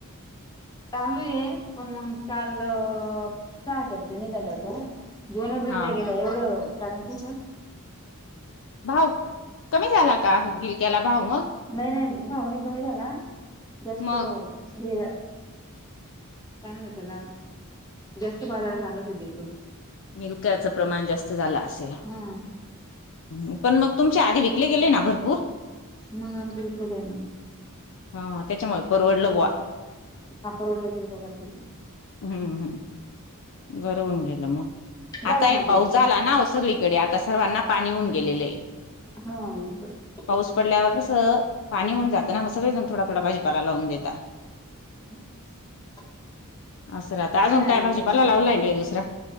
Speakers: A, on the left; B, on the left.
A: चालू आहे पण मग काल चार पेट्या निघाल्या होत्या ना. दोनच विकले
B: हा
A: गेल्या एवढं कारण कस
B: भाव कमी झाला का गिरक्याला भाव मग.
A: नाही नाही भाव नई कमी झाला जास्त
B: मग
A: हे झा काय म्हणत्यात त्याला जास्त बाजारात आलं ते गिलक.
B: गिल्क्याचं प्रमाण जास्त झालं असेल.
A: हा
B: ह पण मग तुमचे आधी विकले गेले ना भरपूर.
A: मग आमच्या इकड द्या ना.
B: हा त्याच्यामुळे परवडलं बा.
A: ह परवडलं गेलं दोघांचं बी.
B: हम्म हम् बरंहून गेलं मग
A: झालं
B: आता
A: ना
B: एक
A: ते
B: पाऊस झाला ना सगळी कडे आता सर्वांना पाणी होऊन गेलेलं हे.
A: हा.
B: पाऊस पडल्यावर कसं पाणी होऊन जातं ना म सगळेकड थोडा थोडा भाजीपाला लावून देेता.
A: <unintelligible>
B: असल आता
A: काही
B: अजून
A: नाही आणि
B: काय भाजीपाला लावला आहे काय दुसरा.